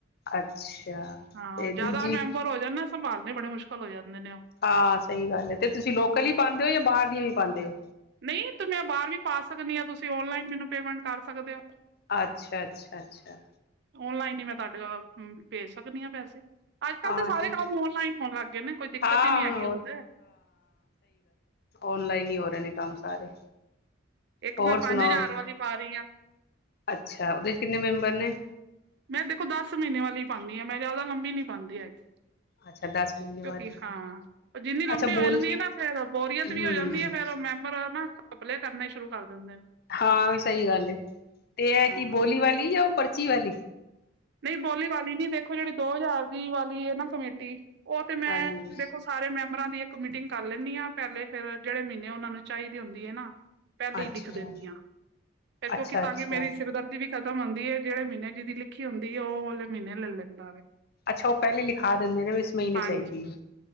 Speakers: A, on the left; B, on the right.
A: ਅੱਛਾ
B: ਹਾਂ
A: ਤੇ
B: ਜਾਦਾ
A: ਦੂਜੀ
B: ਮੈਂਬਰ ਹੋ ਜਾਨ ਨਾ, ਸੰਭਾਲਨੇ ਬੜੇ ਮੁਸ਼ਕਲ ਹੋ ਜਾਂਦੇ ਨੇ ਓ।
A: ਹਾਂ, ਸਈ ਗਾੱਲ ਐ, ਤੇ ਤੁਸੀਂ ਲੋਕਲ ਈ ਪਾਂਦੇ ਓ ਯਾ ਬਾਰ ਦੀਆਂ ਵੀ ਪਾਂਦੇ ਓ।
B: ਨਈ ਤੂੰ ਮੈਂ ਬਾਰ ਵੀ ਪਾ ਸਕਨੀ ਆਂ, ਤੁਸੀਂ ਓਨਲਾਈਨ ਮੈਨੂੰ ਪੇਮਂਟ ਕਾਰ ਸਕਦੇ ਓ।
A: ਆੱਛਾ-ਆੱਛਾ, ਆੱਛਾ।
B: ਓਨਲਾਈਨ ਈ ਮੈਂ ਤੁਆਡੇ ਕੋਲੋ ਅ, ਭੇਜ ਸਕਨੀ ਆਂ ਪੈਸੇ। ਆਜ-ਕਾਲ
A: ਹਾਂ
B: ਤੇ ਸਾਰੇ
A: ਠੀਕ
B: ਕਾੰਮ ਓਨਲਾਈਨ ਹੋਨ ਲਾੱਗ ਗੇ ਨੇ, ਕੋਈ ਦਿੱਕਤ
A: ਹਾਂ
B: ਈ ਨੀ
A: ਹੁਣ
B: ਹੈਗੀ ਹੋਨ ਤੇ
A: ਓਨਲਾਈਨ ਈ ਹੋ ਰੇ ਨੇ ਕਾੰਮ ਸਾਰੇ।
B: ਏਕ
A: ਹੋਰ
B: ਮੈਂ ਪਾੰਜ
A: ਸੁਣਾਓ
B: ਹਜਾਰ ਵਾਲੀ ਪਾ ਰੀ ਆ।
A: ਅੱਛਾ, ਓਦੇ ਚ ਕਿੰਨੇ ਮੈਂਬਰ ਨੇ?
B: ਮੈਂ ਦੇਖੋ ਦਸ ਮ੍ਹੀਨੇ ਵਾਲੀ ਪਾਂਨੀ ਆ, ਮੈਂ ਜਾਦਾ ਲੰਬੀ ਨ ਪਾਂਦੀ ਹੈਗੀ।
A: ਅੱਛਾ ਦਸ ਮਹੀਨੇ
B: ਕੇਓ
A: ਵਾਲੀ
B: ਕਿ ਹਾਂ, ਓ ਜਿੰਨੀ ਲੰਬੀ
A: ਅੱਛਾ ਬੋਲ
B: ਹੋ ਜਾਂਦੀ ਏ ਨਾ ਫੇਰ ਬੋਰੀਅਤ
A: ਹਮ
B: ਵੀ ਹੋ ਜਾਂਦੀ ਏ ਫੇਰ ਮੈਂਬ ਬਰਾ ਨਾ ਘਪਲੇ ਕਾਰਨੇ ਸ਼ੁਰੂ ਕਾਰ ਦਿੰਦੇ ਨ।
A: ਹਾਂ ਏ ਵੀ ਸਈ ਗਾੱਲ ਏ, ਤੇ ਐ
B: ਹਾਂ
A: ਕਿ ਬੋਲੀ ਵਾਲੀ ਯਾ ਪਰਚੀ ਵਾਲੀ?
B: ਨਈ ਬੋਲੀ ਵਾਲੀ ਨੀ, ਦੇਖੋ ਜੇੜੀ ਦੋ ਹਜ਼ਾਰ ਦੀ ਵਾਲੀ ਏ ਨਾ ਕਮੇਟੀ ਓ ਤੇ ਮੈਂ
A: ਹਾਂਜੀ
B: ਦੇਖੋ ਸਾਰੇ ਮੈਂਬਰਾਂ ਦੀ ਇੱਕ ਮੀਟਿੰਗ ਕਾਰ ਲੈਨੀ ਆ ਪੈਲੇ, ਫੇਰ ਜੇੜੇ ਮ੍ਹੀਨੇ ਓਨਾਂ ਨੂੰ ਚਾਈਦੀ ਹੁੰਦੀ ਏ ਨਾ ਪੈਲੀ
A: ਅੱਛਾ
B: ਲਿਖ ਦੇਨੀ ਆ, ਫੇਰ ਕੇਓਕਿ
A: ਅੱਛਾ
B: ਤਾਂ
A: ਅੱਛਾ
B: ਕਿ ਮੇਰੀ ਸਿਰਦਰਦੀ ਵੀ ਖ ਤਮ ਹੋਂਦੀ ਏ, ਜੇੜੇ ਮ੍ਹੀਨੇ ਜੀ ਦੀ ਲਿਖੀ ਹੋਂਦੀ ਏ ਓ ਵਾਲੇ ਮ੍ਹੀਨੇ ਲੈ ਲੈਂਦਾ ਵੇ।
A: ਅੱਛਾ, ਓ ਪੈਲੇ ਲਿਖਾ ਦਿੰਦੇ ਨੇ ਇਸ ਮਹੀਨੇ
B: ਹਾਂਜੀ
A: ਚਾਈਦੀ ਏ।